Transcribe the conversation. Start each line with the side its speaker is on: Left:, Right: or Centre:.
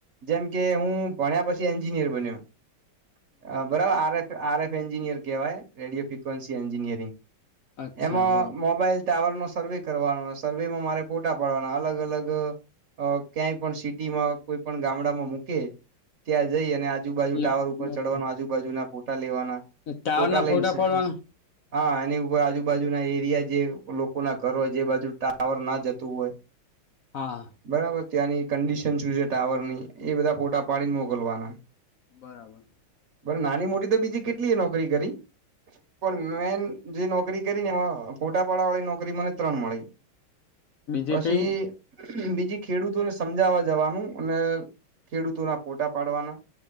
Right: જેમ કે હું ભણ્યા પછી એન્જિનિયર બન્યો. બરાબર R F R F engineer કેહેવાય રેડિયો ફ્રિકવન્સી એન્જિનિયરિંગ.
Left: અચ્છા
Right: એમાં
Left: બરાબર
Right: મોબાઈલ ટાવર નો સર્વે કરવાનો સર્વેમાં મારે ફોટા પાડવાના. અલગ અલગ અ ક્યાંય પણ સિટીમાં કોઈ પણ ગામડામાં મૂકે ત્યાં જઈ અને આજુબાજુ
Left: એટલે
Right: ટાવર ઉપર
Left: બરાબર
Right: ચડવાનું આજુબજુ ના ફોટા લેવાનું.
Left: ટાવર
Right: કોટાલેન
Left: ના ફોટા
Right: છે.
Left: પાડવાના
Right: હા એની ઉપર આજુબાજુના એરિયા જે લોકો ના ઘર હોય જે બાજુ ટાવર ના જતું હોય.
Left: હા.
Right: બરાબર ત્યાંની કંડિશન શું છે ટાવર ની એ બધા ફોટા પાડીને મોકલવાના.
Left: બરાબર.
Right: પણ નાની મોટી તો બીજી કેટલી એ નોકરી કરી. પણ મેન જે નોકરી કરી ને એમાં ફોટા પાડા વાળી નોકરી મને ત્રણ મળી.
Left: બીજી
Right: પછી
Left: કઈ
Right: બીજી ખેડૂતોને સમજાવા જવાનું અને ખેડૂતોના ફોટા પાડવાના.